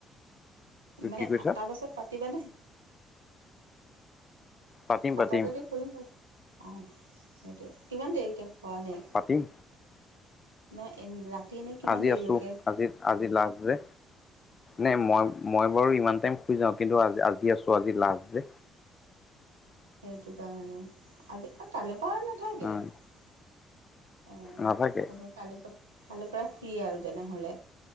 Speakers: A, on the right; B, on the left.
A: মানে
B: কি কৈছা
A: আ তাৰ পাছত পাতিবানে
B: পাতিম
A: পাতা
B: পাতিম
A: যদি কৰিম বাৰু অ সেইটোৱে কিমান দেৰিকে পোৱা নাই
B: পাতিম
A: নহয় ৰাতি এনেই কিমান
B: আজি
A: দেৰিলৈকে
B: আছো আজি লাষ্ট যে নাই মই মই বাৰু ইমান টাইম শুই যাওঁ কিন্তু আজি আজি আছো আজি লাষ্ট যে
A: সেইটো কাৰণে আজি কালৈ পৰা নো নাথাকে
B: উম
A: অ হ'ব।
B: নাথাকে
A: কালিৰ পৰা কালৈৰ পৰা ফ্ৰী আৰু তেনেহ'লে